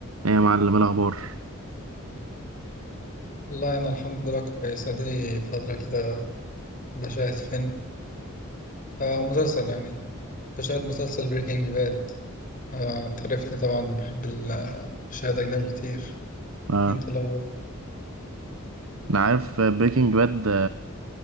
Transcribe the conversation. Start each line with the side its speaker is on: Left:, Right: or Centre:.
Right: ايه يا معلم إيه الاخبار
Left: والله أنا الحمد لله كويس أديلي فترة كده بشاهد فيلم آه مسلسل يعني بشاهد مسلسل بريكنج باد آه أنت عارفني طبعا بحب ال- الشهادة أجنبي كتير
Right: اه
Left: أنت الأول
Right: انا عارف بريكنج باد